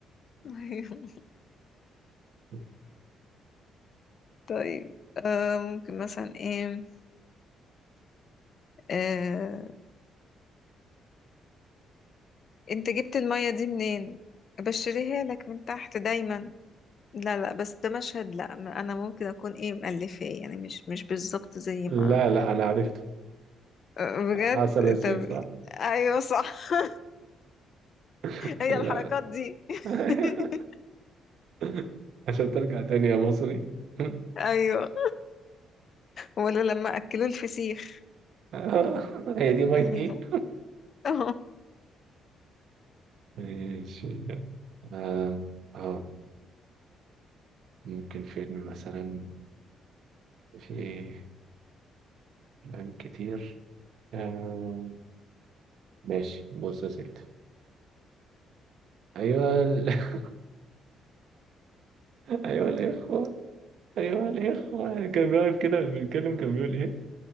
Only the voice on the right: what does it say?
<laughs>
لا
لا انا عرفته
عسل اسود
صح
<laughs>
لا
<laughs> <laughs> عشان ترجع تاني يا مصري <laughs>
آه، هي دي مية
نيل
ماشي آه. آه. ممكن فيلم مثلا في أفلام كتير آه. ماشي بص يا سيدي أيوة ال... <laughs> أيوة الإخوة أيوة الإخوة كان واقف كده بيتكلم كان بيقول إيه